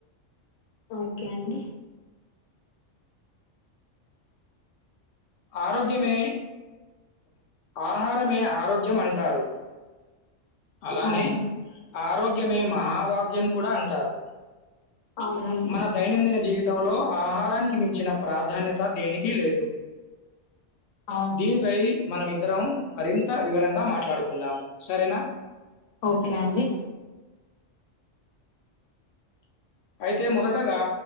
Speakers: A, on the left; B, on the left.
A: ఓకే అండి
B: ఆరోగ్యమే ఆహారమే ఆరోగ్యం అంటారు అలానే
A: అవును
B: ఆరోగ్యమే మహాభాగ్యం కూడ అంటారు
A: అవునండి
B: మన దైనందిన జీవితం తంలో ఆహారానికి మించిన ప్రాధాన్యత దేనికి లేదు
A: అవును
B: దీనిపై మనమిద్దరం మరింత వివరంగ మాట్లాడుకుందాం సరేన
A: ఓకే అండి
B: అయితే మొదటగా